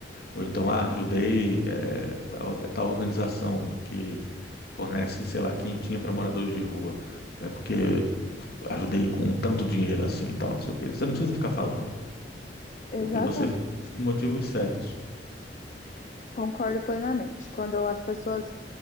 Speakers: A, on the left; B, on the left.
A: Ou então, ah, ajudei eh, a or- tal organização do que fornece, sei lá, quentinha para moradores de rua. É porque ajudei com tanto dinheiro assim e tal, não sei o quê. Você não precisa ficar falando,
B: Exatamente.
A: porque você fez os motivos certos.
B: Concordo plenamente. Quando as pessoas